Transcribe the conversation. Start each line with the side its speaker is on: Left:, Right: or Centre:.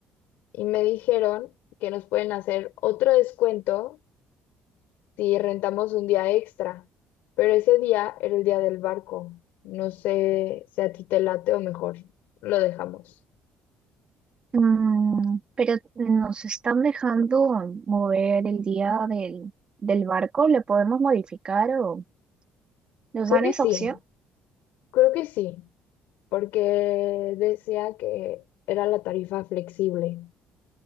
Left: y me dijeron que nos pueden hacer otro descuento si rentamos un día extra, pero ese día era el día del barco. No sé si a ti te late o mejor lo dejamos.
Right: mm, pero nos están dejando mover el día del, del barco, ¿le podemos modificar o nos
Left: Creo
Right: dan
Left: que
Right: esa
Left: sí,
Right: opción?
Left: creo que sí. porque decía que era la tarifa flexible